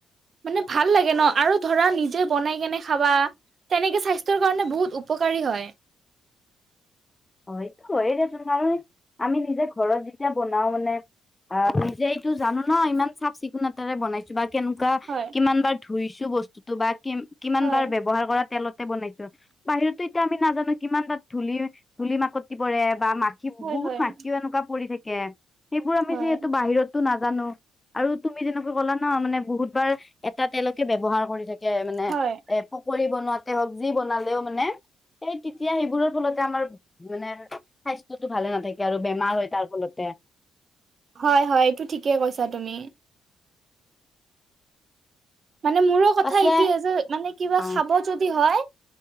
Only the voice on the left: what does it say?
হয় এইটো হয় দেচোন কাৰণ আমি নিজে ঘৰত যেতিয়া বনাও মানে। অ নিজে এইটো জানো ন ইমান চাফ চিকুণতাৰে বনাই, বা কেনেকোৱা
কিমান বাৰ ধুইছো বস্তুটো বা কিম কিমান
বাৰ ব্যৱহাৰ কৰা তেলত। বনাইছো বাহিৰতো এতিয়া আমি নাজানো কিমান তাত ধুলিৰ ধুলি মাকতি পৰে বা মাক, খি
বহুত
মাখিও এনেকুৱা পৰি থাকে সেইবোৰ আমি
যিহেতু বাহিৰত। টো নাজানো আৰু তুমি যেনেকৈ ক'লা ন মানে বহুত বাৰ এটা তেলকে ব্যৱহাৰ কৰি থাকে। মানে
এ পকৰি বনোৱাতে হওক যি বনালেও মানে, এই তেতিয়া সেইবোৰৰ ফলতে আমাৰ মানে স্বাস্থ্যটো ভালে নাথাকে আৰু বেমাৰ হয় তাৰ ফলতে।
পাছে
অ